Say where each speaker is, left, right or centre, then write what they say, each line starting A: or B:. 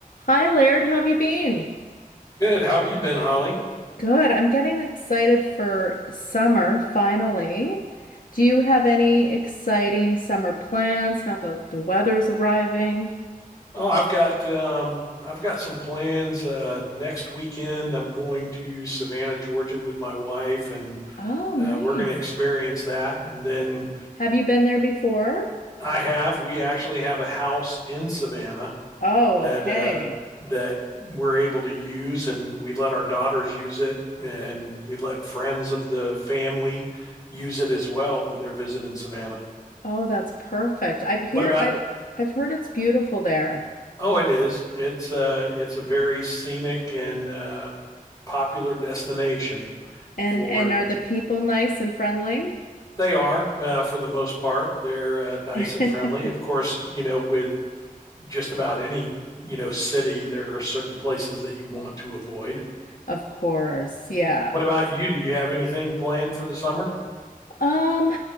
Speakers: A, on the left; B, on the left.
A: Hi, Laird. How have you been?
B: Good. How have you been, Holly?
A: Good. I'm getting excited for summer finally. Do you have any exciting summer plans? Not that the weather's arriving.
B: Oh, I've got um, I've got some plans. Uh, next weekend, I'm going to Savannah, Georgia, with my wife, and
A: Oh,
B: uh,
A: nice.
B: we're going to experience that. And then
A: Have you been there before?
B: I have we actually have a house in Savannah.
A: Oh,
B: that
A: okay.
B: uh, that we're able to use, and we let our daughters use it, and we let friends of the family use it as well when they're visiting Savannah.
A: Oh, that's perfect. I've hear
B: What about?
A: I've I've heard it's beautiful there.
B: Oh, it is. It's uh, it's a very scenic and uh, popular destination
A: And
B: for.
A: and are the people nice and friendly?
B: They are, uh, for the most part, they're uh, nice
A: <laughs>
B: and friendly. Of course, you know, with just about any you know city, there are certain places that you want to avoid.
A: Of course. Yeah.
B: What about you? Do you have anything planned for the summer?
A: Um,